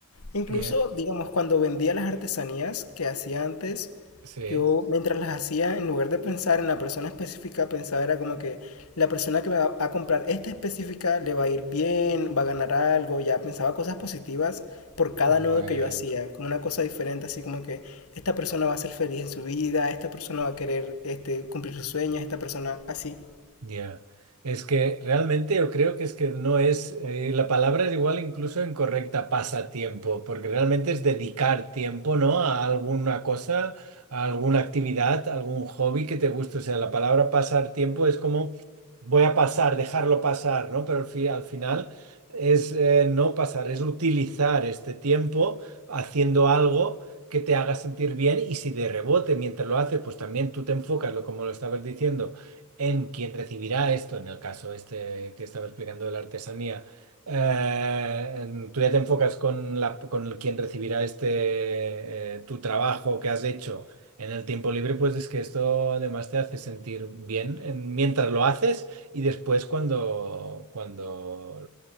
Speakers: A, on the left; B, on the right.
A: Incluso,
B: y, eh,
A: digamos, cuando vendía las artesanías que hacía antes,
B: sí,
A: yo mientras las hacía, en lugar de pensar en la persona específica, pensaba era como que la persona que me va a comprar esta específica le va a ir bien, va a ganar algo, ya pensaba cosas positivas por cada
B: muy
A: nudo que
B: bien.
A: yo hacía, como una cosa diferente, así como que esta persona va a ser feliz en su vida, esta persona va a querer este, cumplir sus sueños, esta persona así.
B: Ya, Es que realmente yo creo que es que no es, eh, la palabra es igual incluso incorrecta, pasatiempo, porque realmente es dedicar tiempo, ¿no? A alguna cosa, a alguna actividad, a algún hobby que te guste. O sea, la palabra pasar tiempo es como voy a pasar, dejarlo pasar, ¿no? Pero al fi- al final es eh, no pasar, es utilizar este tiempo haciendo algo. que te haga sentir bien y si de rebote mientras lo haces, pues también tú te enfocas, lo como lo estabas diciendo en quien recibirá esto, en el caso este que estaba explicando de la artesanía, eh, tú ya te enfocas con la, con el quien recibirá este, eh, tu trabajo que has hecho en el tiempo libre, pues es que esto además te hace sentir bien en- mientras lo haces y después cuando, cuando